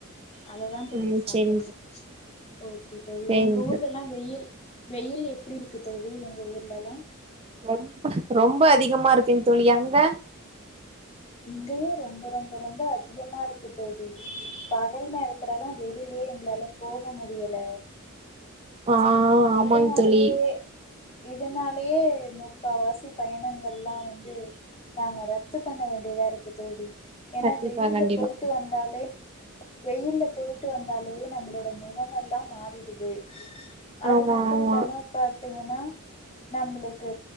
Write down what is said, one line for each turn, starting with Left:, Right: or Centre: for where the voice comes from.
Left: அததான் தோழி
Right: ம்
Left: சாப்டணும்
Right: செரிங்
Left: ஓகே தோழி
Right: சேரிங்
Left: உங்க ஊர்லலாம்
Right: தோழி
Left: வெயில் வெயில் எப்படி இருக்கு தோழி உங்க ஊர்லல்லாம்.
Right: ம் ரொம்ப அதிகமா இருக்குன் தோழி அங்க
Left: இங்கயு ரொம்ப ரொம்ப ரொம்ப அதிகமா இருக்கு தோழி பகல் நேரத்து ல்லாம் வெளியிலயே எங்களால போக முடியல
Right: ஆஹ் ஆமாங்
Left: இதனாலயே
Right: தோழி
Left: இதனாலயே முக்காவாசி பயணங்கள் எல்லாம் வந்து நாங்கள் ரத்து பண்ண வேண்டியதா இருக்கு தோழி ஏன்னா
Right: கண்டிப்பா
Left: வெயில்ல
Right: கண்டிப்பா
Left: போயிட்டு வந்தாலே வெயில்ல போயிட்டு வந்தாலே நம்மளோட முகம் எல்லாம் மாறிடுது அது
Right: ஆமா
Left: மட்டும்
Right: ஆமா
Left: இல்லாம ப பா்த்தீங்கன்னா நம்மளுக்கு